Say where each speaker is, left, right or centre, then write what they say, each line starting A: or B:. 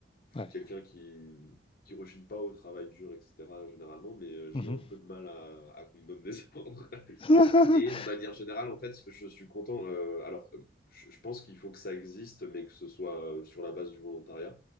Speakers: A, on the left (about 55°); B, on the left (about 30°).
A: je
B: ouais.
A: suis quelqu'un qui qui rechigne pas au travail dur, etc., généralement, mais euh, j'ai
B: Mhm.
A: un peu de mal à, à qu'on me donne des <laughs> ordres.
B: <laughs>
A: Et de manière générale, en fait, je suis content. euh, alors, euh, je je pense qu'il faut que ça existe, mais que ce soit euh, sur la base du volontariat.